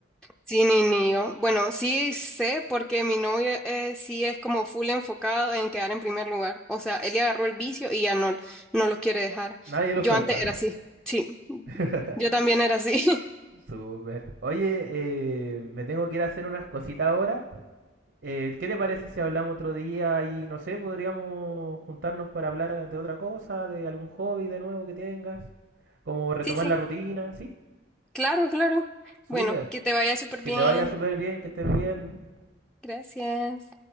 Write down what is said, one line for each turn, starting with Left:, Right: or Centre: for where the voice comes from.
Centre: Sí, ni, ni yo. Bueno, sí sé porque mi novio eh, sí es como full enfocado en quedar en primer lugar. O sea, él le agarró el vicio y ya no, no lo quiere dejar.
Right: Nadie lo
Centre: Yo
Right: suelta.
Centre: antes era así. Sí,
Right: <laughs>
Centre: yo también era así. <laughs>
Right: Súper. Oye, eh, me tengo que ir a hacer unas cositas ahora. Eh, ¿qué te parece si hablamos otro día y no sé, podríamos juntarnos para hablar ah, de otra cosa, de algún hobby de nuevo que tengas? Como retomar
Centre: Sí, sí.
Right: la rutina, ¿sí?
Centre: Claro, claro.
Right: Súper.
Centre: Bueno, que te vaya súper
Right: Que
Centre: bien.
Right: te vaya súper bien, que estés bien.
Centre: Gracias.